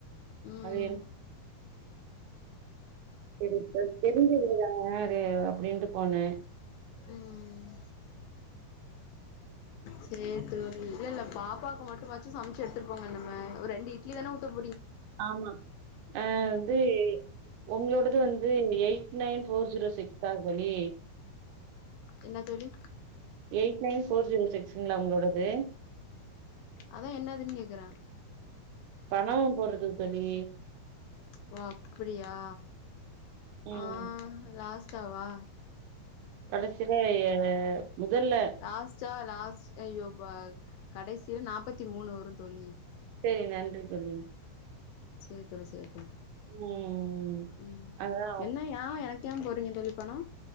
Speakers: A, on the left; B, on the right.
A: ம்
B: அது என் சேரி தெருஞ்ச வீடுதான அது அப்டின்ட்டு போன <inaudible>
A: ம் சேரி தோழி இல்ல இல்ல பாப்பாக்கு மட்டுமாச் சு சமச்சு எடுத்துட்டு போங்க அந்த மார் ஒரு ரெண்டு இட்லி தான உத்தப்
B: ஆமா ஆ வந்து உங்களோடது one eight nine four zero six தானங்க தோழி
A: என்ன தோழி
B: எயிட் நைன் ஃபோர் ஜீரோ சிக்ஸுங்களா உங்களோடது
A: அதா என்னதுன் கேக்குற
B: பணம் போடுறதுக்கு தோழி
A: ஓ அப்புடியா
B: ம்
A: ஆ லாஸ்ட் டாவா
B: கடைசில ஏ முதல்ல
A: லாஸ்ட்டா லாஸ்ட் ஐயோ கடைசியில நாப்பத்தி மூணு வருந் தோழி
B: சேரி நன்றி தோழி
A: சேர் தோழி சேரி தோழி
B: ம்
A: ம்
B: அதா
A: என்ன யா எனக் ஏன் போறீங்க தோழி பணோ